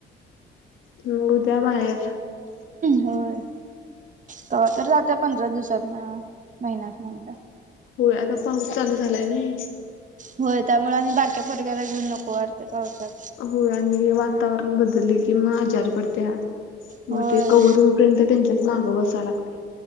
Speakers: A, on the left; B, on the right.
A: म उद्या बाहेर
B: होय त तर जात पंधरा दिवसात ना महिन्यात नंतर
A: होय आता पाऊस चालू झालाय नाही.
B: होय त्यामुळे आणि बारक्या पोडक्याला घेऊन नको वारते्या पावसाात
A: हो आणि वातावरण बदलले कि म आजारी पडते मग
B: होय
A: ते कवर र्यंत त्यांच्याच नागं बसा लागते